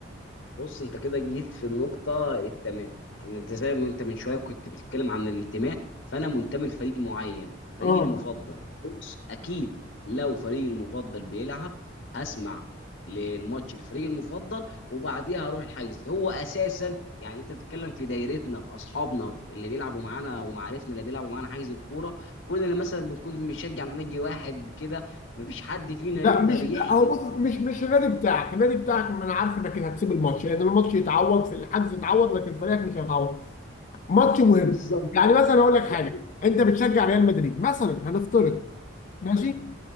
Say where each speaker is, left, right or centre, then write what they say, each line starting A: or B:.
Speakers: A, on the left; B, on the left.
A: بص انت كده جيت في النقطة التمام يعني انت زي ما انت من شوية كنت بتتكلم عن الانتماء فانا منتمي لفريق معين فريقي
B: اه
A: المفضل بص اكيد لو فريقي المفضل بيلعب هسمع للماتش الفريق المفضل وبعديها هروح الحجز هو اساسا يعني انت بتتكلم في دايرتنا في اصحابنا اللي بيلعبوا معانا ومعارفنا اللي بيلعبوا معانا حجز الكوره كلنا مثلا بنكون بنشجع نادي واحد كده مفيش حد فينا
B: لا
A: يقدر
B: مش
A: يحجز
B: لا هو بص مش مش النادي بتاعك النادي بتاعك ما انا عارف انك هتسيب الماتش لان الماتش يتعوض في الحجز يتعوض لكن فريقك مش هيتعوض ماتش مهم
A: بالظبط
B: يعني مثلا اقول لك حاجه
A: لا
B: انت بتشجع ريال مدريد مثلا هنفترض ماشي